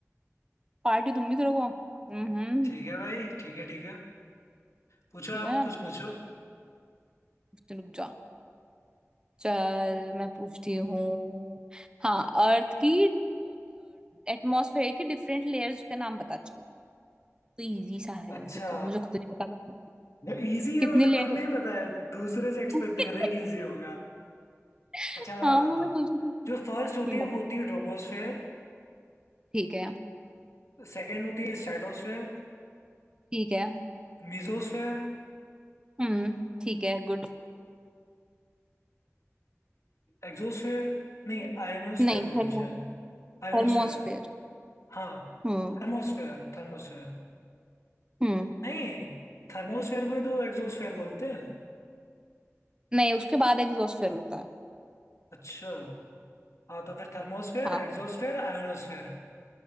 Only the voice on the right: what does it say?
पार्टी दूंगी तेरे को हम्म
ठीक
है
ना
तो रुक जा चल मैं पूछती हूँ हाँ अर्थ की एटमॉस्फेयर की डिफरेंट लेयर्स का नाम बता चल तो इजी सा है
वैसे तो मुझे खुद नहीं पता था
कितनी
लेयर
होती
है
<laughs>
हाँ
मैं
सोची थी
हम्म,
बता
ठीक है
ठीक है
हम्म ठीक है गुड
नहीं
थर्मो
थर्मोस्फेयर
हम्म
हम्म
नहीं उसके बाद एग्जॉस्फेयर होता है
हाँ